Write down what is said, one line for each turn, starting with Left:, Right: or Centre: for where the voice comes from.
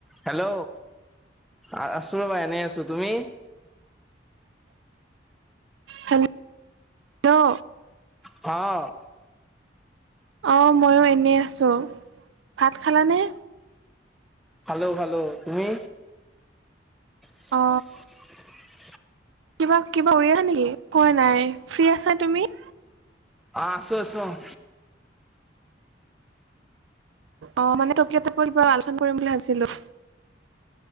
Centre: হেল্ল' আ আছোঁ ৰ'বা এনেই আছোঁ, তুমি?
Right: হেল্ল'
Centre: অহ।
Right: অঁ ময়ো এনেই আছোঁ। ভাত খালানে?
Centre: খালো খালো, তুমি? <unintelligible>
Right: অ কিবা কিবা কৰি আছা নেকি? খোৱা নাই। ফ্ৰী আছা তুমি?
Centre: অঁ আছোঁ আছোঁ অহ।
Right: অঁ মানে টপিক এটাৰ ওপৰত কিবা আলোচনা কৰিম বুলি ভাবিছিলো।